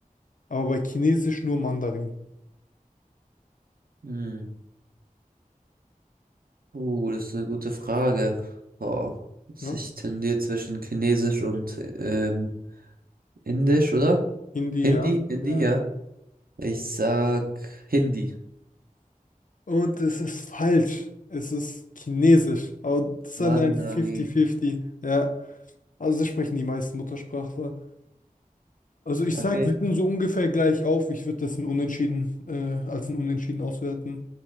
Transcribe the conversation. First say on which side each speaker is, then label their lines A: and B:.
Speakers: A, on the left; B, on the right.
A: Aber bei Chinesisch nur Mandarin.
B: Hm. Uh, das ist eine gute Frage. Oh, ich
A: Ne?
B: tendiere zwischen Chinesisch und ähm, Indisch, oder?
A: Hindi,
B: Hindi,
A: ja.
B: Hindi,
A: ja.
B: ja. Ich sag Hindi,
A: Und es ist falsch. Es ist Chinesisch. Aber das ist
B: Mandarin.
A: dann ein 50-50. Ja. Also das sprechen die meisten Muttersprachler. Also ich
B: Okay.
A: sag, wir sind so ungefähr gleich auf. Ich würde das ein Unentschieden, äh, als ein Unentschieden auswerten.